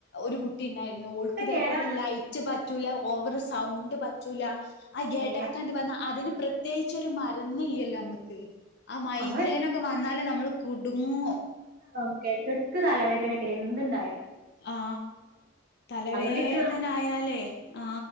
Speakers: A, on the left (about 60°); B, on the right (about 50°).
A: ഒരു <unintelligible> <unintelligible> ഓൾക്ക് ഇതേപോലെ
B: കേടാണത്
A: ലൈറ്റ് പറ്റൂല ഓവർ സൗണ്ട് പറ്റൂല. ആ
B: ഏ
A: എടക്ക് ആണ്ട് വന്ന അതിന് പ്രത്യേകിച്ച് ഒരു മരുന്ന് ല്ല്യാല്ലോ മ്മക്ക്. ആ മൈഗ്രെനൊക്കെ
B: നമ്മള്
A: വന്നാല് നമ്മള് കുടുങ്ങും.
B: <unintelligible> ക്ക് എടക്കെടക്ക് തലവേദനേക്കാരം എന്തുണ്ടായാലും.
A: ആ തലവേദനായാലേ
B: അതുകൊണ്ട് എനിക്ക് ആ കാര്യത്തില്
A: ആ